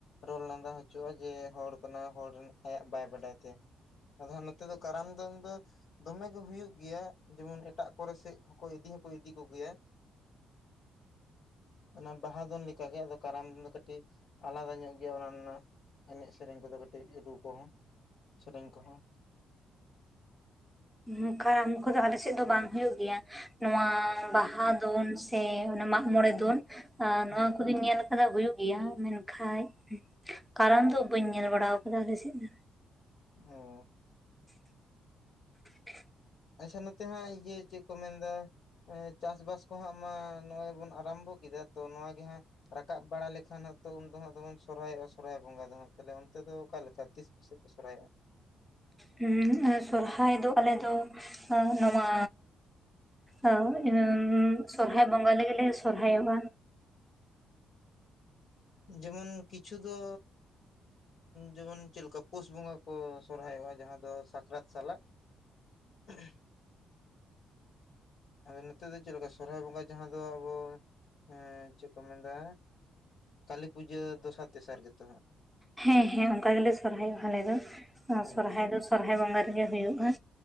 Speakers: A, on the left (about 60°); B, in the centre.
A: ᱨᱚᱲ ᱞᱟᱸᱫᱟ ᱦᱚᱪᱩᱜ-ᱟ ᱡᱮ ᱦᱚᱲ ᱠᱟᱱᱟ, ᱦᱚᱲ ᱟᱭᱟᱜ ᱵᱟᱭ ᱵᱟᱰᱟᱭ ᱛᱟᱭᱟ ᱟᱫᱚ ᱦᱟᱜ ᱱᱚᱛᱮ ᱫᱚ ᱠᱟᱨᱟᱢ ᱫᱚᱱ ᱫᱚ ᱫᱚᱢᱮ ᱜᱮ ᱦᱩᱭᱩᱜ ᱜᱮᱭᱟ, ᱡᱮᱢᱚᱱ ᱮᱴᱟᱜ ᱠᱚᱨᱮ ᱥᱮᱫ ᱦᱚᱸ ᱤᱫᱤ ᱦᱚᱸᱠᱚ ᱤᱫᱤ ᱠᱚᱜᱮᱭᱟ᱾ ᱚᱱᱟ ᱵᱟᱦᱟ ᱫᱚᱱ ᱞᱤᱠᱟ ᱜᱤ ᱟᱫᱚ ᱠᱟᱨᱟᱢ ᱫᱚ ᱠᱟᱹᱴᱤᱡ ᱟᱞᱟᱫᱟ ᱧᱚᱜ ᱜᱮᱭᱟ ᱚᱱᱟ ᱨᱮᱱᱟᱜ ᱮᱱᱮᱡ ᱥᱮᱨᱮᱧ ᱠᱚᱫᱚ ᱠᱟᱹᱴᱤᱡ ᱨᱩ ᱠᱚᱦᱚᱸ ᱥᱮᱨᱮᱧ ᱠᱚᱦᱚᱸ
B: ᱱᱚᱝ ᱠᱟᱨᱟᱢ ᱠᱚᱫᱚ ᱟᱞᱮᱥᱮᱫ ᱫᱚ ᱵᱟᱝ ᱦᱩᱭᱩᱜ ᱜᱮᱭᱟ᱾ ᱱᱚᱣᱟ ᱵᱟᱦᱟ ᱫᱚᱱ ᱥᱮ ᱚᱱᱮ ᱢᱟᱜ ᱢᱚᱬᱮ ᱫᱚᱱ ᱟᱸ
A: ᱦᱮᱸ
B: ᱱᱚᱶᱟ ᱠᱚᱫᱚᱧ ᱧᱮᱞ ᱠᱟᱫᱟ ᱦᱩᱭᱩᱜ ᱜᱮᱭᱟ ᱢᱮᱱᱠᱷᱟᱡ ᱠᱟᱨᱚᱢ ᱫᱚ ᱵᱟᱹᱧ ᱧᱮᱞ ᱵᱟᱲᱟᱣ ᱠᱟᱫᱟ ᱟᱞᱮᱥᱮᱫ ᱫᱚ᱾
A: ᱚ
B: <inaudible>
A: ᱟᱪᱪᱷᱟ ᱱᱚᱛᱮ ᱦᱟᱸᱜ ᱤᱭᱟᱹ ᱪᱮᱫ ᱠᱚ ᱢᱮᱱᱫᱟ ᱮᱸ ᱪᱟᱥᱵᱟᱥ ᱠᱚᱦᱟᱸᱜ ᱢᱟ ᱱᱚᱜᱼᱚᱭ ᱵᱚᱱ ᱟᱨᱟᱢᱵᱚ ᱠᱮᱫᱟ ᱛᱚ ᱱᱚᱣᱟᱜ ᱜᱮ ᱦᱟᱸᱜ ᱨᱟᱠᱟᱵ ᱵᱟᱲᱟ ᱞᱮᱠᱷᱟᱱ ᱦᱟᱸᱜ ᱛᱚ ᱩᱱ ᱫᱚ ᱦᱟᱸᱜ ᱫᱚᱢᱮᱢ ᱥᱚᱨᱦᱟᱭᱚᱜᱼᱟ ᱥᱚᱨᱦᱟᱭ ᱵᱚᱸᱜᱟ ᱫᱚ ᱦᱟᱸᱜ ᱛᱟᱦᱚᱞᱮ ᱚᱱᱛᱮ ᱫᱚ ᱚᱠᱟ ᱞᱮᱠᱟ ᱛᱤᱥ ᱥᱮᱜ ᱠᱚ ᱥᱚᱨᱦᱟᱭᱚᱜᱼᱟ
B: ᱦᱩᱸ ᱩᱸ ᱟᱨ ᱥᱚᱨᱦᱟᱭ ᱫᱚ ᱟᱞᱮ ᱫᱚ ᱟᱸᱜ ᱱᱚᱣᱟ ᱟᱸ ᱮᱢ ᱥᱚᱨᱦᱟᱭ ᱵᱚᱸᱜᱟ ᱞᱮᱜᱮ ᱞᱮ ᱥᱚᱨᱦᱟᱭᱚᱜᱼᱟ᱾
A: ᱡᱮᱢᱚᱱ ᱠᱤᱪᱷᱩ ᱫᱚ ᱡᱮᱢᱚᱱ ᱪᱮᱫᱞᱮᱠᱟ ᱯᱳᱥ ᱵᱚᱸᱜᱟ ᱠᱚ ᱥᱚᱨᱦᱟᱭᱚᱜᱼᱟ ᱡᱟᱦᱟᱸ ᱫᱚ ᱥᱟᱠᱨᱟᱛ ᱥᱟᱞᱟᱜ᱾ <inaudible> ᱟᱫᱚ ᱱᱚᱛᱮ ᱫᱚ ᱪᱮᱫ ᱞᱮᱠᱟ ᱥᱚᱨᱦᱟᱭ ᱵᱚᱸᱜᱟ ᱡᱟᱦᱟᱸ ᱫᱚ ᱟᱵᱚ ᱮᱸ ᱪᱮᱫ ᱠᱚ ᱢᱮᱱᱫᱟ ᱠᱟᱹᱞᱤ ᱯᱩᱡᱟᱹ ᱫᱚᱥᱟᱨ ᱛᱮᱥᱟᱨ ᱜᱮ ᱛᱚ ᱦᱟᱸᱜ
B: ᱦᱮᱸ ᱦᱮᱸ ᱚᱱᱠᱟ ᱜᱮᱞᱮ ᱥᱚᱨᱦᱟᱭᱚᱜᱼᱟ ᱟᱞᱮ ᱫᱚ
A: ᱦᱮᱸ
B: ᱥᱚᱨᱦᱟᱭ ᱫᱚ ᱥᱚᱨᱦᱟᱭ ᱵᱚᱸᱜᱟ ᱨᱮᱜᱮ ᱦᱩᱭᱩᱜᱼᱟ᱾